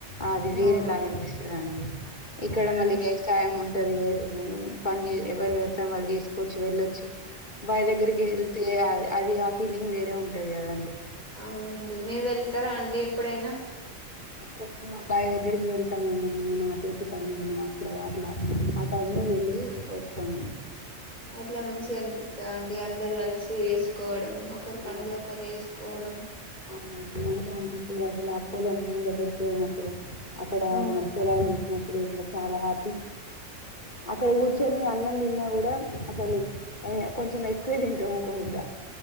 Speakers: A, on the left (about 40°); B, on the right (about 35°).
A: అది వేరేలాగా
B: అవునండి
A: అనిపిస్తదండి ఇక్కడ
B: మ్మ్
A: మళ్ళీ వ్యవసాయం ఉం ఉంటది పని ఎవరి వ్యవసాయం వాళ్ళు చేసు కూర్చ్ వెళ్ళొచ్చు బాయి దగ్గరికి వెళ్తే అది <unintelligible> ఫీలింగ్ వేరే ఉంటది కదండి
B: అవునండి మీరు వెళ్తారా అండి ఎప్పుడైనా
A: అప్పుడప్పుడు మా బావి దగ్గరికి వెళ్తామండి మేము నాటేసే టైం లో అప్పుడు అట్లా ఆ టైమ్ లో వెళ్ళి వస్ పోను
B: అట్ల మంచిగ అనిపిస్తా అండి అందరు కలిసి చేసుకోవడం ఒకరు పనులు
A: ఆ!
B: ఒకరు ఏస్క్ కోడం
A: ఆ మంచిగనిపి <unintelligible> ఉమ్ దగ్గరికి వోయినం ఇప్పుడు అక్కడ
B: అవును
A: మన పొలాలు చూసినప్పుడు ఇంగ చాలా హా అక్కడ కూర్చోని
B: ఆ
A: అన్నం తిన్న గూ <unintelligible> అసలు ఏ కొంచెమె కదన్ <unintelligible> ఒక ముద్దా